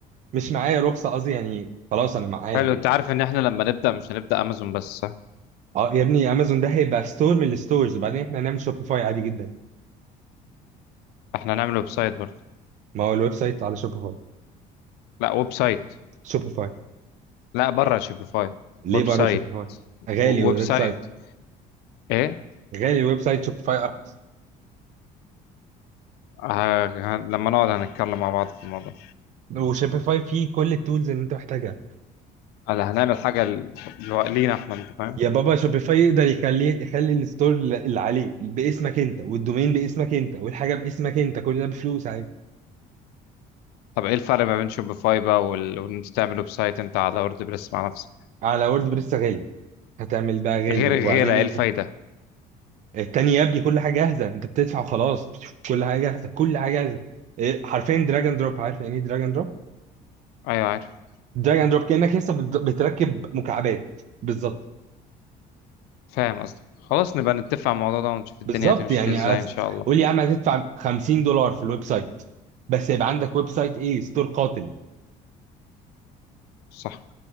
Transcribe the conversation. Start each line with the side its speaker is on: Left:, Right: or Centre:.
Right: مش معايا رخصه قصدي يعني خلاص انا معايا
Left: حلو انت عارف ان احنا لما نبدا مش هنبدا امازون بس صح
Right: اه يا ابني امازون ده هيبقى ستور من الستورز وبعدين احنا هنعمل شوبيفاي عادي جدا
Left: احنا هنعمل ويب سايت برضه
Right: ما هو الويب سايت على شوبيفاي
Left: لا ويب سايت
Right: شوبيفاي
Left: لا بره شوبيفاي
Right: ليه
Left: ويب
Right: بره
Left: سايت
Right: شوبيفاي غالي
Left: و-
Right: الويب
Left: ويب سايت
Right: سايت
Left: ايه
Right: غالي الويب سايت شوبيفاي ارخص
Left: ه... ه... لما نقعد هنتكلم مع بعض في الموضوع
Right: وشوبيفاي فيه كل التولز اللي انت محتاجها
Left: هلا هنعمل حاجه ل... لو- لينا احنا انت فاهم
Right: يا بابا شوبيفاي يقدر يخلي يخلي الستور اللي عليه باسمك انت والدومين باسمك انت والحاجه باسمك انت كل ده بفلوس عادي
Left: طب ايه الفرق ما بين شوبيفاي بقى وال... وان انت تعمل ويب سايت انت على ووردبريس مع نفسك
Right: على وورد بريس غالي هتعمل بقى غالي
Left: غير
Right: وبعدين
Left: الغيره ايه
Right: انت
Left: الفايده
Right: التاني يا ابني كل حاجه جاهزه انت بتدفع وخلاص بتشوف كل حاجه جاهزه كل حاجه جاهزه إيه، حرفيا دراج اند دروب عارف يعني ايه دراج اند دروب
Left: ايوه عارف
Right: دراج اند دروب كانك لسه بت- بتركب مكعبات بالظبط
Left: فاهم قصدك خلاص نبقى نتفق على الموضوع ده ونشوف الدنيا
Right: بالظبط
Left: هتمشي
Right: يعني
Left: فيه ازاي
Right: أس-
Left: ان شاء الله
Right: قول لي يا عم هتدفع 50 دولار في الويب سايت بس يبقى عندك ويب سايت ايه ستور قاتل
Left: صح